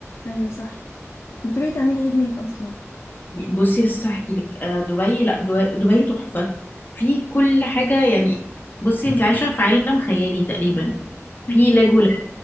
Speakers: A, on the left (about 55°); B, on the left (about 35°).
A: ايوه صح بتروحي تعملي ايه هناك اصلا
B: بصي لسه هحكيلك آه، دبي لأ دو- دبي تحفة في كل حاجة يعني بصي أنت عايشة في عالم خيالي تقريبا
A: امم
B: في لاجو